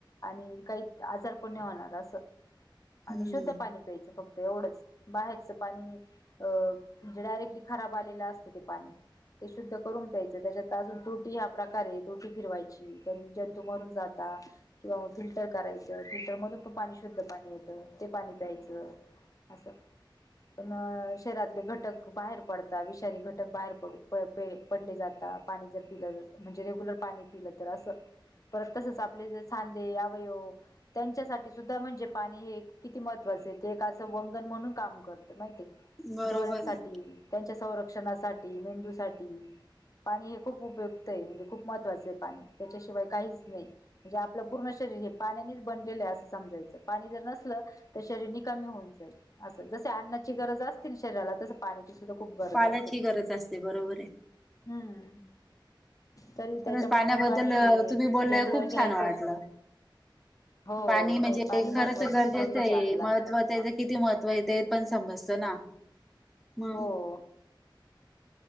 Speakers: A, on the left (about 40°); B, in the centre.
A: आणि काही आजार पण्य होणार असं आणि
B: हम्म
A: शुद्ध पाणी प्यायचं फक्त एवढंच बाहेरचं पाणी अ म्हणजे डायरेक्टली खराब आलेलं असतं ते पाणी ते शुद्ध करून प्यायचं त्याच्यात अजून त्रुी हा प्रकार आहे त्रटी फिरवायची त्यांनी जंतू मारून जाता किंवा मग फिल्टर करायचं फिल्टर मधून पण पाणी शुद्ध पाणी येतं ते पाणी प्यायचं असं प शहरातले घटक बाहेर पडत विषारी घटक बाहेर पड पे पडले जातात पाणी जर पिलं म्हणजे रेग्युलर पाणी पिलं तर असं परत तसच आपले जे सांदे अवयव त्यांच्यासाठी सुद्धा म्हणजे पाणी हे किती महत्त्वाचं आहे ते एक असं वंगन म्हणून काम करतं माहिती
B: बरोबर
A: डोळ्यांसाठी
B: आहे.
A: त्यांच्या संरक्षणासाठी मेंदूसाठी पाणी हे खूप उपयुक्त आहे म्हणजे खूप महत्त्वाचं आहे पाणी त्याच्याशिवाय काहीच नाही म्हणजे आपलं पूर्ण शरीर हे पाण्यानेच बनलेलं आहे असं समजायचं पाणी जर नसलं तर शरीर निकमी होऊन जाईल असं जस अ्नाची गरज असतील शरीराला तस पाण्याची सुद्धा खूप गरज
B: पाण्याची
A: असते
B: गरज असते बरोबर आहे.
A: हम्म तरी त्याच्यामुळे
B: खरंच पाण्याबद्दल
A: मग पाणी हे
B: तुम्ही बोललाय
A: रेग्युलर
B: खूप
A: घ्यायचच
B: छान वाटलं.
A: हो
B: पाणी
A: नाही
B: म्हणजे
A: पाणी महत्त्वाचं
B: खरंच गरजेचं
A: स््रोतच
B: आहे
A: आपला
B: महत्त्व त्याचं किती महत्त्व येत पण समजत ना मग
A: हो